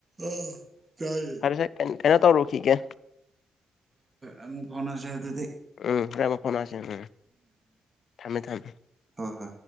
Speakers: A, on the right; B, on the left.
A: ꯎꯝ ꯆꯌꯦꯦ
B: ꯐꯔꯁꯦ ꯀꯩꯅꯣ ꯇꯧꯔꯨꯈꯤꯒꯦ
A: ꯑꯣ ꯐꯣꯟꯁꯤꯦ ꯑꯗꯨꯗꯤ
B: ꯎꯝ ꯔꯃ ꯐꯣꯟꯦ ꯎꯝ ꯊꯝꯃꯦ ꯊꯝꯃꯦ
A: ꯍꯣꯏ ꯍꯣꯏ